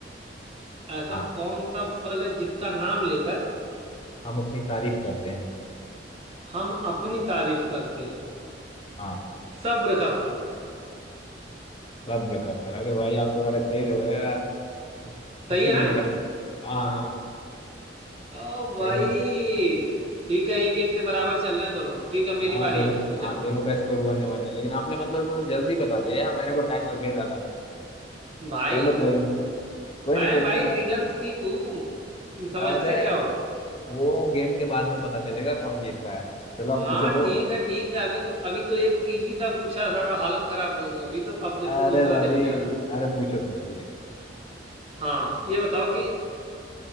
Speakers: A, on the right; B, on the left.
A: ऐसा
B: हाँ
A: कौन सा फल है जिसका नाम लेकर
B: हम अपनी तारीफ करते हैं
A: हम अपनी तारीफ करते हैं
B: हाँ
A: सब्र का फल
B: सब्र का फल अरे भाई आप तो बड़े तेज हो रहे हैं यार <laughs> टाइम
A: सही है ना
B: नहीं लगा हाँ हाँ
A: ओ भाई
B: सही है
A: ठीक है एक एक से बराबर चल रहे हैं दोनों ठीक है मेरी
B: हाँ
A: बारी
B: दोनों
A: है मैं पूछ रहा
B: हाँ
A: हूँ
B: दोनों का स्कोर वन वन है लेकिन आपने मतलब जल्दी बता दिया यार मेरे को टाइम लग गया ज्यादा
A: भाई
B: चलो
A: तो
B: कोई नहीं कोई
A: मैं
B: नहीं कोई
A: भाई
B: नहीं मैं
A: रिडल्स किंग हूँ तुम समझते
B: अरे
A: क्या हो
B: वो गेम के बाद में पता चलेगा कौन जीत रहा है चलो आप
A: हाँ
B: पूछो तो
A: ठीक है ठीक है अभी तो अभी तो एक इजी सा पूछा था हालत खराब हो गई अभी तो अब देखो
B: अरे
A: दूसरा
B: रवि
A: देखो मेरा
B: अरे पूछो तुम पूछो
A: हाँ ये बताओ कि